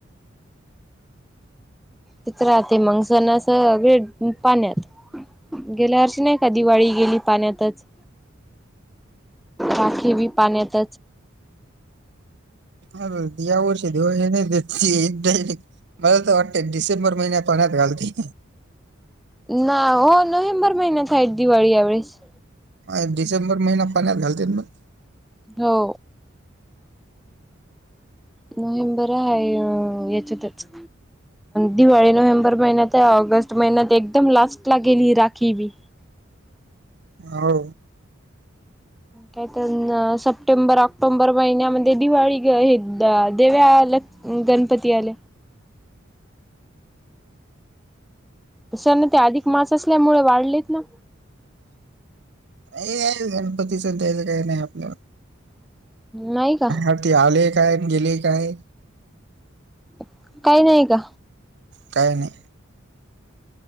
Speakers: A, in the centre; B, on the right.
A: तच राहते मग सणस सगळे पाण्यात गेल्या हरशी नाही का दिवाळी गेली पाण्यातच राखे बी पाणीत
B: ह या वर्ष दिवान द मला तर वाटत डिसेंबर महिन्या पाण्यातत घालते
A: ना हो नोव्हेंबर महिना्यात आहेत दिवाळी यावळेस
B: आणि डिसेंबर महिना पाण्यात घालत मग
A: हो नोव्हेंबर आहे अ याची त्याच दिवाळी नोव्हेंबर महिन्यात ऑगस्ट महिन्यात एकदम लास्ट ला गेली राखी बी
B: हो
A: काय तर सप्टेंबर ऑक्टोंबर महिन्यामध्ये दिवाळी हे देव्याला गणपती आले सर ना ते अधिक मास असल्यामुळे वाढलेत ना
B: हे आहे गणपतीच द्याच काय नाही आपल्याला
A: नाही का
B: ह ते आले काय गेले काय
A: ह काही नाही का
B: काही नाही